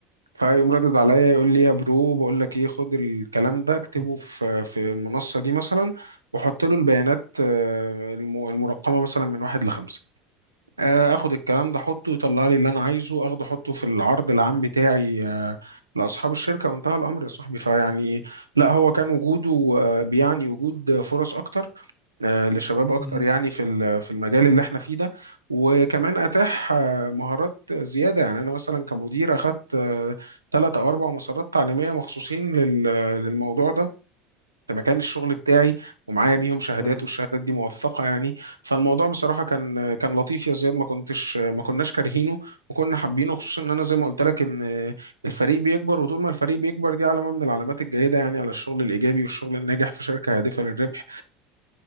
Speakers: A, on the right; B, on the left.
A: فيقوم ردد عليا يقول لي يا برو بقول لك ايه خد الكلام ده اكتبه
B: مم.
A: في في المنصة دي مثلا وحط له البيانات آه، الم- المرقمة مثلا من واحد لخمسة آه، اخد الكلام ده احطه يطلع لي اللي انا عايزه اخده احطه في العرض العام بتاعي آه، لاصحاب الشركة وانتهى الامر يا صاحبي فيعني لا هو كان وجوده آه، بيعني وجود فرص اكتر آه، لشباب اكتر
B: مم.
A: يعني في ال- في المجال اللي احنا فيه ده وكمان اتاح آه، مهارات زياده يعني انا مثلا كمدير اخذت ثلاث او اربع مسارات تعليميه مخصوصين لل- للموضوع ده في مكان الشغل بتاعي ومعايا بيهم شهادات
B: ايوه
A: والشهادات دي موثقه يعني فالموضوع بصراحه كان كان لطيف يا زياد ما كنتش ما كناش كارهينه وكنا حابينه خصوصا ان انا زي ما قلت لك ان الفريق بيكبر وطول ما الفريق بيكبر دي علامه من العلامات الجيده يعني على الشغل الايجابي والشغل الناجح في شركه هادفه للربح